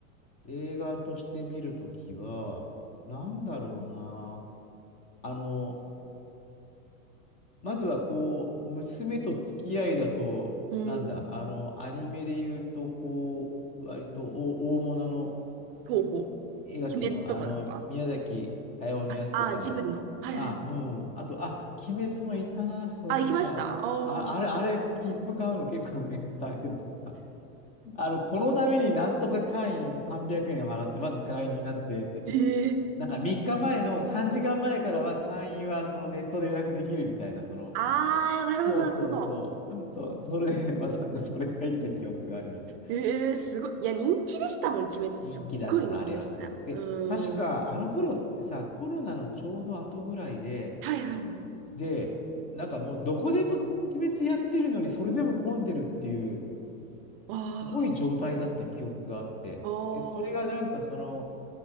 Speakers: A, on the left (about 15°); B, on the right (about 40°).
A: 映画として見るときは、なんだろうな。あの、まずはこう、娘と付き合いだと、
B: うん。
A: なんだ、あの、アニメで言うと、こう、割と大、大物の
B: ほうほう。
A: 映画っていうの、
B: 鬼滅とかですか
A: あの、宮崎駿のやつとか、
B: あ、あー、ジブリの。はいはいはい。
A: まあ、うん。あと、あ、鬼滅もいたな、そういえば。
B: あ、行きましたああー。
A: あ、あれ、あれ、切符買うの結構ね、大変だ。あの、このためになんとか会員300円払って、まず会員になってって、
B: ええ
A: なんか3日前の3時間前からは会員はそのネットで予約できるみたいな、その、
B: ああ、なるほど、
A: そうそうそう、
B: なるほど。
A: そう、それでわざわざ <laughs> それ入った記憶があります。
B: ええすごい。いや、人気でしたもん、鬼滅。すっごい人気でしたね。
A: 人気だった、あれはすごい。で、
B: うーん。
A: 確かあの頃ってさ、コロナのちょうど後ぐらいで、
B: はいはいはい。
A: で、なんかもうどこでも鬼滅やってるのに、それでも混んでるっていう、
B: わ
A: すごい状態だった記憶があって、
B: あ。ああ、
A: で、それがなんかその、
B: はい